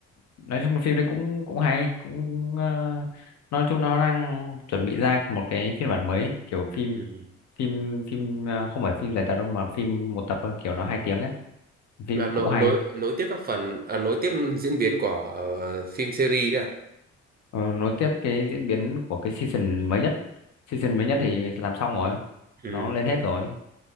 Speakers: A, on the left; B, on the right.
A: nói chung phim đấy cũng cũng hay cũng ờ, nói chung nó đang chuẩn bị ra một cái phiên bản mới kiểu phim
B: ừ.
A: phim phim ờ, không phải phim dài tập đâu mà phim một tập thôi, kiểu nó hai tiếng ấy phim
B: là nối
A: cũng hay
B: nối nối tiếp các phần à, nối tiếp diễn biến của ờ, phim series đấy à
A: Ờ, nối tiếp cái diễn biến của cái season mới nhất season mới
B: ừ.
A: nhất thì làm xong rồi
B: Ừ.
A: nó lên hết rồi